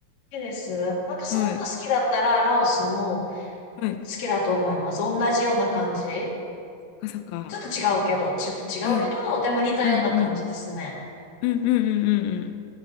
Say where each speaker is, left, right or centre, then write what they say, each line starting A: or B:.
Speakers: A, on the left; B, on the left.
A: 好きです。なんかそういうの好きだったら、
B: はい。
A: ラオスも
B: はい。
A: 好きだと思います。同じような感じ。
B: あーそっかそっか。
A: ちょっと違うけど、ちょっと違うけど、
B: はい。うん
A: でも似たような感じですね。
B: うんうんうんうんうんうん